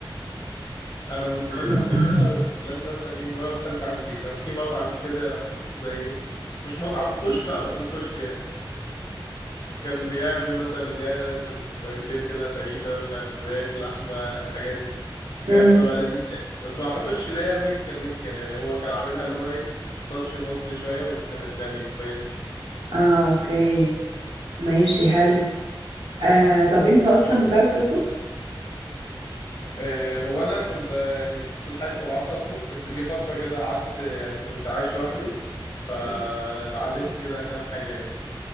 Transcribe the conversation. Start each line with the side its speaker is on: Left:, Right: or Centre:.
Left: انا كنت مثلا
Right: <laughs>
Left: باكلها بس الكلام ده مثلا ايه من وانا في ثالثه اعدادي كان في مطعم كده في- في زي إيه، مش مطعم كشك قبل كشك يعني كان بيعمل مثلا اللي هي سندوتشات كده فاهيتا ومش عارف فراخ لحمه الحاجات دي
Right: امم
Left: كانت بتبقى لذيذه يعني بس ما اعتقدش اللي هي مكسيكان مكسيكان يعني هو كان عاملها اللي هو ايه بتاتش مصري شويه بس كانت يعني كويسه
Right: اه اوكي ماشي حلو آه طب انت اصلا بتعرف تطبخ
Left: آه، هو انا كنت آه، يعني طول حياتي ما بعرفش اطبخ بس جه فتره كده قعدت آه، يعني كنت عايش لوحدي فاتعلمت
Right: مم.
Left: كده كام حاجه يعني